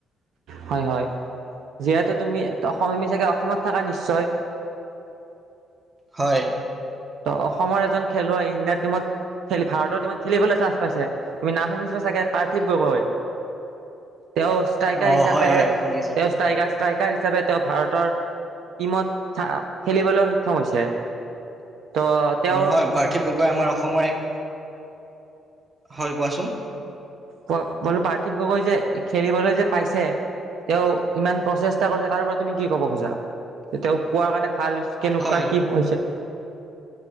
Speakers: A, on the right; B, on the right.
A: হয়-হয় যিহেতু তুমি অসমমি চাগে অসমত থাকা নিশ্চয়
B: হয়।
A: ত' অসমৰ এজন খেলুৱৈ ইণ্ডিয়াৰ টিমত খেলিব, ভাৰতৰ টিমত খেলিবলৈ চান্স পাইছে তুমি নাম শুনিছা চাগে পাৰ্থিৱ গগৈ তেওঁ ষ্ট্ৰাইকাৰ
B: অ
A: হিচাপে
B: হয়
A: তেওঁ
B: হয় শুনিছো
A: ষ্ট্ৰাইকাৰ ষ্ট্ৰাই ষ্ট্ৰাইকাৰ হিচাপে তেওঁ ভাৰতৰ টিমত খেলিবলৈ সক্ষম হৈছে। ত' তেওঁৰ
B: হয় পাৰ্থিৱ গগৈ গৈ আমাৰ অসমৰ এক হয় কোৱাচোন
A: কোৱা কোৱা পাৰ্থিৱ গগৈ যে খেলিবলৈ যে পাইছে তেওঁ ইমান প্ৰচেষ্টা কৰিছে, তাৰ পৰা তুমি কি ক'ব খোজা যে তেওঁ পোৱাৰ কাৰণে ভাল কেনেকুৱা
B: হয়
A: কি হৈছে?